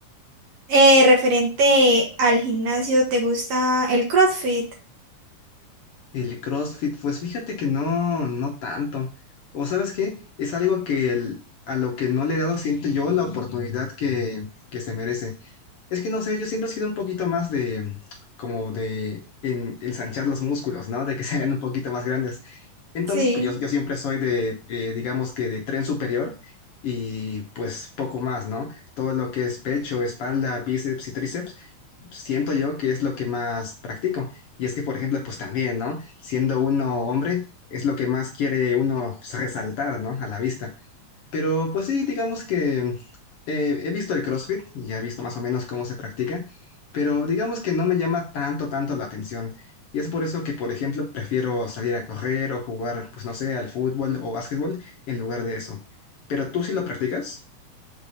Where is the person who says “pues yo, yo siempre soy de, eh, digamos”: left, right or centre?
Left